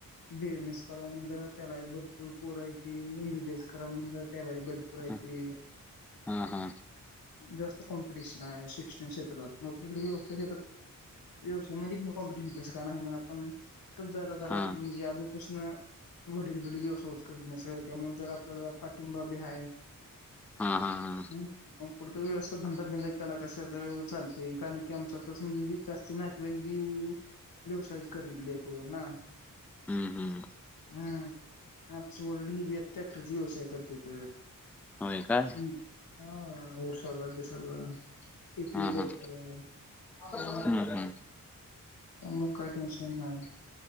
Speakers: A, on the left (about 80°); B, in the centre.
A: बी एस मस एस कराव म्हणलं त्याला भरपूर पोरायत <unintelligible> करा म्हणलं त्यालाही भरपूर हायती.
B: हा हा हा
A: जास्त कॉम्पिटिशन आहे शिक्षण क्षेत्रात मग आपल्याकडे व्यवसाय <unintelligible> हा कॉम्पिटिशन पण काण आहे म्हणा आपण जरा जरा
B: हा
A: आप म्हणजे अजोबापासन वडील बिडसोच करण्या सग त्यामुळे जर आपल्याला पाठिंबा बी आहे.
B: हा हा हां
A: ह पण कुठ वेळेस धंदा बिंदा केला कस. <unintelligible> चाल कारण की आमचा तर जसे जास्त नातेवाई बी व्यवसायच करेतले करून ना
B: हम्म हम्म
A: हम्म सोड ह बी ट्रॅक्टरचा व्यवसाय करतेत.
B: होय काय.
A: हम् हा <unintelligible> सगळं. किती
B: हा
A: बघत
B: हा
A: हां
B: हम्म हम्म
A: त्यामुळं काय टेन्शन नाई.